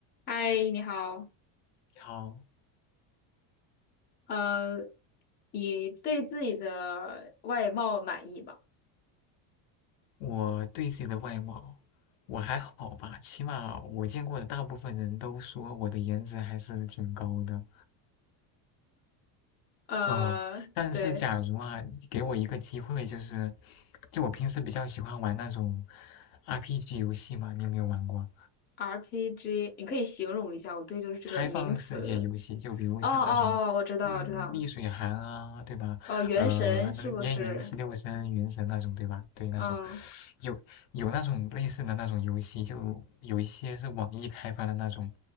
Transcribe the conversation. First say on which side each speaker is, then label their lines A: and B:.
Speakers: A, on the left; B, on the left.
A: 嗨，你好。
B: 好，
A: 呃，你对自己的外貌满意吗？
B: 我对自己的外貌，我还好吧，起码我见过的大部分人都说我的颜值还是挺高的。
A: 呃，
B: 嗯，但是假如啊，
A: 对
B: 给我一个机会，就是，就我平时比较喜欢玩那种 RPG 游戏嘛，你有没有玩过？
A: ，RPG，你可以形容一下，我对就是这个名词。
B: 开放世界游戏，就比如像那种，
A: 哦哦哦，我知道，
B: 嗯，
A: 我知道。
B: 逆水寒啊，对吧？
A: 哦，原神是不是？
B: 呃，那个烟云十六声、原神那种，对吧？对，那种
A: 嗯
B: 有有那种类似的那种游戏，就有一些是网易开发的那种，